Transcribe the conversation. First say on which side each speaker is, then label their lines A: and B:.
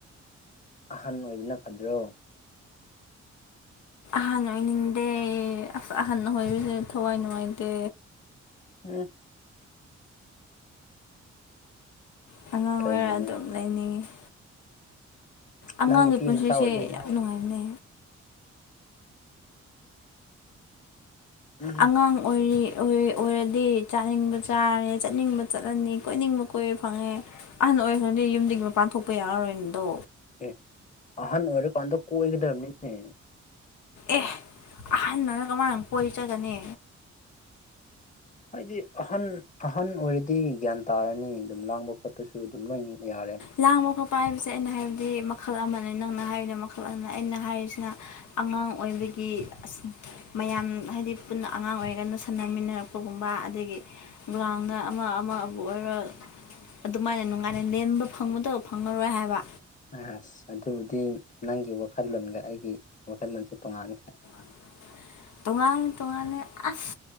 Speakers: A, on the left; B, on the left.
A: ꯑꯍꯟ ꯑꯣꯏꯕꯅ ꯐꯗ꯭ꯔꯣ
B: ꯑꯍꯟ ꯑꯣꯏꯅꯤꯡꯗꯦ ꯑꯁ ꯑꯍꯟ ꯑꯣꯏꯕꯁꯦ ꯊꯋꯥꯏ ꯅꯨꯡꯉꯥꯏꯇꯦ
A: ꯎꯝ
B: ꯑꯉꯥꯡ
A: ꯀꯩꯒꯤꯅꯣ
B: ꯑꯣꯏꯔ ꯑꯗꯨꯝ ꯂꯩꯅꯤꯡꯉꯤ ꯑꯉꯥꯡꯒꯤ
A: ꯅꯪ ꯅꯨꯄꯤ
B: ꯄꯨꯟꯁꯤꯁꯦ
A: ꯃꯆꯥ ꯑꯣꯏꯕꯒꯤꯅꯤ
B: ꯌꯥꯝ ꯅꯨꯡꯉꯥꯏꯕꯅꯦ
A: ꯎꯝ
B: ꯑꯉꯥꯡ ꯑꯣꯏꯔꯤ ꯑꯣꯏꯔꯗꯤ ꯆꯥꯅꯤꯡꯕ ꯆꯥꯔꯦ ꯆꯠꯅꯤꯡꯕ ꯆꯠꯂꯅꯤ ꯀꯣꯏꯅꯤꯡꯕ ꯀꯣꯏꯕ ꯐꯪꯉꯦ ꯑꯍꯟ ꯑꯣꯏ ꯈꯪꯗꯦ ꯌꯨꯝꯗꯒꯤ ꯃꯄꯥꯟ ꯊꯣꯛꯄ ꯌꯥꯔꯔꯣꯏꯅꯗꯣ
A: ꯑꯦ ꯑꯍꯟ ꯑꯣꯏꯔꯀꯥꯟꯗ ꯀꯣꯏꯒꯗꯕꯅꯤꯅꯦ
B: ꯑꯦ ꯑꯍꯟꯅꯅ ꯀꯃꯥꯏꯅ ꯀꯣꯏꯆꯒꯅꯤ
A: ꯍꯥꯏꯗꯤ ꯑꯍꯟ ꯑꯍꯟ ꯑꯣꯏꯔꯤꯗꯤ ꯁꯤ ꯒ꯭ꯌꯥꯟ ꯇꯥꯔꯅꯤ ꯑꯗꯨꯝ ꯂꯥꯡꯕ ꯈꯣꯠꯄꯁꯨ ꯑꯗꯨꯝ ꯂꯣꯏ ꯌꯥꯔꯦ
B: ꯂꯥꯡꯕ ꯈꯛꯠꯄ ꯍꯥꯏꯕꯁꯦ ꯑꯩꯅ ꯍꯥꯏꯕꯗꯤ ꯃꯈꯜ ꯑꯃꯅꯤꯅꯦꯅ ꯅꯪꯅ ꯍꯥꯏꯔꯤꯅ ꯃꯈꯜ ꯑꯗꯨ ꯑꯩꯅ ꯍꯥꯏꯔꯤꯁꯤꯅ ꯑꯉꯥꯡ ꯑꯣꯏꯕꯒꯤ ꯃꯌꯥꯝ ꯍꯥꯏꯗꯤ ꯄꯨꯟꯅ ꯑꯉꯥꯡ ꯑꯣꯏꯔꯒꯅ ꯁꯥꯟꯅꯃꯤꯟꯅꯔꯛꯄꯒꯨꯝꯕ ꯑꯗꯒꯤ ꯒ꯭ꯔꯥꯎꯟꯗ ꯑꯃ ꯑꯃ ꯑꯗꯨꯕꯨ ꯑꯣꯏꯔꯣ ꯑꯗꯨꯃꯥꯏꯅ ꯅꯨꯡꯉꯥꯏꯅ ꯂꯦꯟꯕ ꯐꯪꯕꯗꯕ ꯐꯪꯉꯔꯣꯏ ꯍꯥꯏꯕ
A: ꯑꯁ ꯑꯗꯨꯕꯨꯗꯤ ꯅꯪꯒꯤ ꯋꯥꯈꯜꯂꯣꯟꯒ ꯑꯩꯒꯤ ꯋꯥꯈꯜꯂꯣꯟꯁꯦ ꯇꯣꯉꯥꯟꯅꯈ꯭ꯔꯦ
B: <unintelligible> ꯇꯣꯉꯥꯟꯅꯤ ꯇꯣꯉꯥꯅꯤ ꯑꯁ